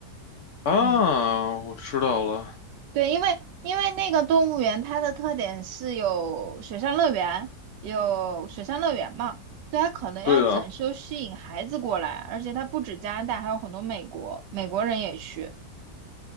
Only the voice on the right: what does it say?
嗯。
对，因为因为那个动物园它的特点是有水上乐园，有水上乐园嘛，所以它可能要整修吸引孩子过来，
而且它不止加拿大，还有很多美国美国人也去。